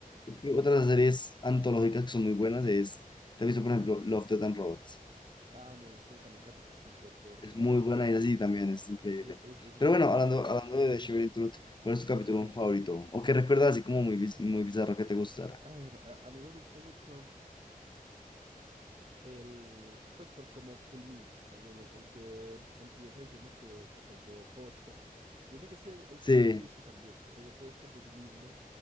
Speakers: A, on the left; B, on the right.
A: Yo creo que otras series antológicas que son muy buenas es, te he visto por ejemplo Love, Death and Robots.
B: Ah, me he visto también capítulos sueltos
A: Es
B: por
A: muy
B: ahí.
A: buena y así también, es increíble.
B: Es, es, es increíble.
A: Pero bueno, hablando, hablando
B: Ajá.
A: de The Shivering Truth,
B: Sí,
A: ¿cuál es
B: qué
A: tu capítulo
B: capítulo.
A: favorito? O que recuerdas así como muy, biz- muy bizarro que te gustara.
B: A ver, a, a mí me gusta mucho. El, pues por cómo culmina, más bien el, el que empieza diciendo que, que pegó pósters. Yo creo que es el el que
A: Sí,
B: más me he visto también, que pegó pósters de sí mismo,